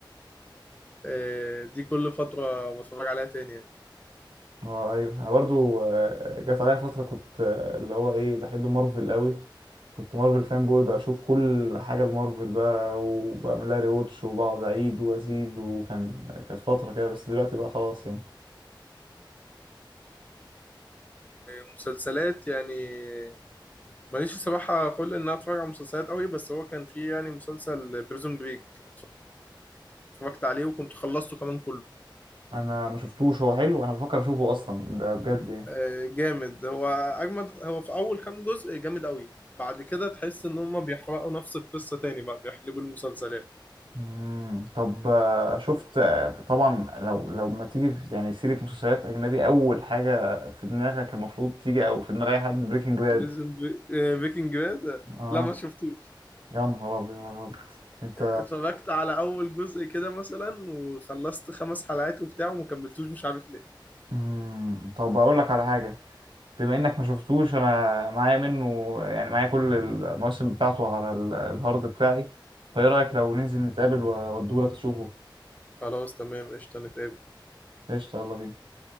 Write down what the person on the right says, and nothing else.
اه ايوه انا برضو آه، جات عليا فترة كنت آه، اللي هو ايه بحب مارفل قوي كنت مارفل فان بوي بشوف كل حاجة لمارفل بقى وبعمل لها ريواتش وبقعد اعيد وازيد وكان كانت فترة كده بس دلوقتي بقى خلاص يعني
انا ما شفتوش هو حلو انا بفكر اشوفه اصلا ده بجد يعني
امم طب آه، شفت آه، طبعا لو لو ما تيجي في- يعني سيرة مسلسلات اجنبي اول حاجة في دماغك المفروض تيجي او في دماغ اي حد بريكنج باد
اه
يا نهار ابيض انت
مم. طب اقول لك على حاجه بما انك ما شفتوش انا معايا منه يعني معايا كل المواسم بتاعته على ال- الهارد بتاعي فايه رايك لو ننزل نتقابل واوديه لك تشوفه
قشطه يلا بينا